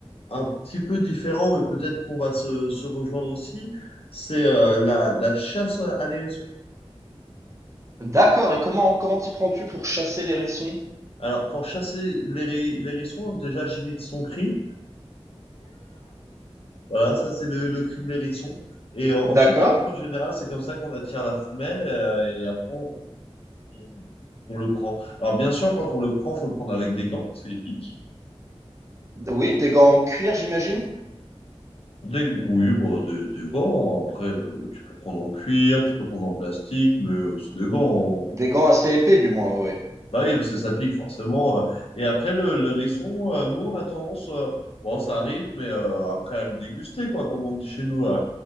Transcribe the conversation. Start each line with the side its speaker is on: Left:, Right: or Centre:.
Left: un petit peu différent, mais peut-être qu'on va se, se rejoindre aussi, c'est euh, la, la chasse à à l'hérisson.
Right: D'accord. Et comment comment t'y prends-tu pour chasser l'hérisson?
Left: Alors, pour chasser l'héri- l'hérisson, déjà, j'imite son cri. Voilà, ça, c'est le, le cri de l'hérisson. Et euh, ensuite,
Right: D'accord.
Left: après, en général, c'est comme ça qu'on attire la femelle euh, et après, on, on- on le prend. Alors, bien sûr, quand on le prend, faut le prendre avec des gants, c'est épique.
Right: Oui, des gants en cuir, j'imagine.
Left: Des, oui, bon, des, des gants. Après, euh, tu peux prendre en cuir, tu peux prendre en plastique, mais euh, c'est des gants.
Right: Des gants assez épais, du moins, oui.
Left: Bah oui, parce que ça pique forcément. euh. Et après, le, le hérisson, euh, nous, on a tendance, euh, bon, ça arrive, mais euh, après à le déguster, quoi, comme on dit chez nous. Euh,